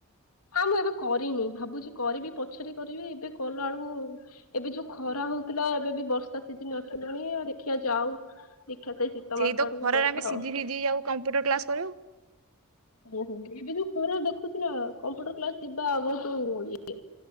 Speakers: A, on the left; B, on the right.
A: ହଁ ମୁଁ ଏବେ କରିନି ଭାବୁଛି କରିବି ପଛରେ କରିବି ଏବେ କଲା ବେଳକୁ ଏବେ ଯୋଉ ଖରା ହଉଥିଲା ଏବେ ବି ବର୍ଷା ସିଜିନ ଆସିଲାଣି ଆ ଦେଖିବା ଯାଉ ଦେଖିବା ଶୀତ
B: ସେଇ
A: ମାସ
B: ତ
A: ଆଡକୁ
B: ଖରାରେ
A: କରିବା
B: ଆମେ ସିଝି
A: ଆଉ।
B: ସିଝି ଆଉ କମ୍ପ୍ୟୁଟର କ୍ଲାସ କରିବୁ
A: ଓହୋ ଏବେ ଯୋଉ ଖରା ଦେଖୁଚୁ ନା କମ୍ପୁଟର କ୍ଲାସ ଯିବା ବହୁତ ଇ